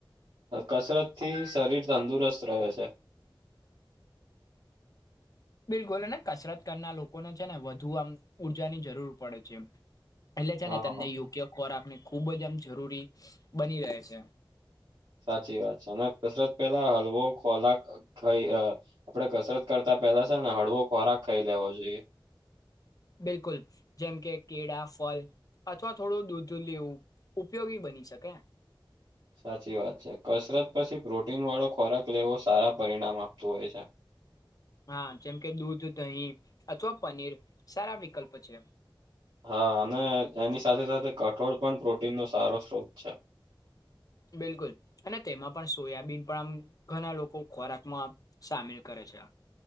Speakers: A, on the right; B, on the left.
A: કસરત થી શરીર તંદુરસ્ત રહે છે.
B: બિલકુલને કસરત કરનાર લોકોને છે ને વધુ આમ ઉર્જા ની જરૂર પડે છે, એ એટલે છે
A: હા
B: ને તમને યોગ્ય, ખોરાક ને ખુબ જ આમ જરૂરી બની રહે છે.
A: સાચી વાત છે, અને કસરત પેલા હલવો ખોરાક ખાઈ આપડે કસરત કરતા પેલા છેને, હળવો ખોરાક ખાઈ લેવો જોઈએ
B: બિલકુલ જેમ કે કેળા ફલ અથવા થોડું દૂધ લેવું ઉપયોગી બની શકે
A: સાચી વાત છે, કસરત પછી પ્રોટીન વાળો ખોરાક લેવો સારા પરિણામ આપતું હોય છે.
B: હા જેમ કે દૂધ દહીં અથવા પનીર સારા વિકલ્પ છે.
A: હા અને એની સાથે સાથે કઠોળ પણ પ્રોટીનનો સારો સ્ટ્રોક છે.
B: બિલકુલ અને તેમાં પણ સોયાબીન પણ આમ ઘણા લોકો ખોરાકમા સામેલ કરે છે.